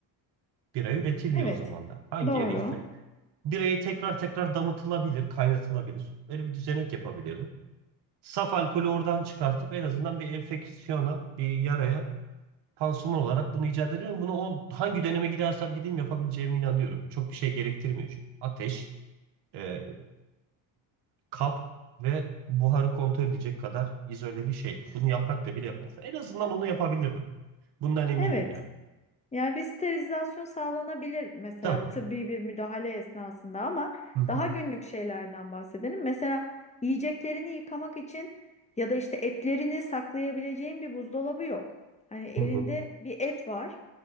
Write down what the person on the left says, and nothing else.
Evet,
doğru.
Evet.
Yani bir sterilizasyon sağlanabilir mesela
tıbbi bir müdahale esnasında ama
daha günlük şeylerden bahsedelim. Mesela yiyeceklerini yıkamak için ya da işte etlerini saklayabileceğin bir buzdolabı yok. Hani elinde
bir et var